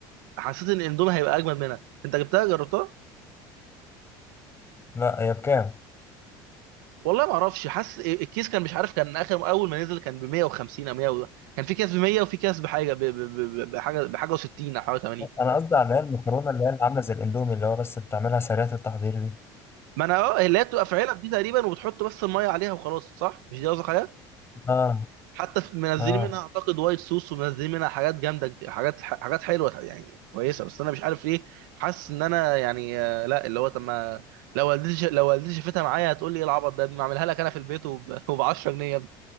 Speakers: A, on the right; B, on the left.
A: حسيت ان الاندومي هيبقى اجمد منها انت جبتها جربتها
B: لا هي بكام؟
A: والله ما اعرفش حاسس إيه، الكيس كان مش عارف كان اخر اول ما نزل كان ب 150 او 100 و- كان في كيس ب 100 وفي كيس بحاجه ب- ب- ب- بحاجه بحاجه و60 او حاجه 80
B: انا قصدي على اللي هي المكرونه اللي هي اللي عامله زي الاندومي اللي هو بس بتعملها سريعه التحضير دي
A: ما انا اه اللي هي بتبقى في علب دي تقريبا وبتحط بس الميه عليها وخلاص صح مش دي قصدك عليها
B: اه
A: حتى في- منزلين
B: اه
A: منها اعتقد وايت صوص ومنزلين منها حاجات جامده كتير- حاجات حاجات حلوه يعني كويسه بس انا مش عارف ليه حاسس ان انا يعني آه، لا اللي هو طب ما لو والدتي ش- لو والدتي شافتها معايا هتقول لي ايه العبط ده ما اعملها لك انا في البيت وب <laughs> 10 جنيه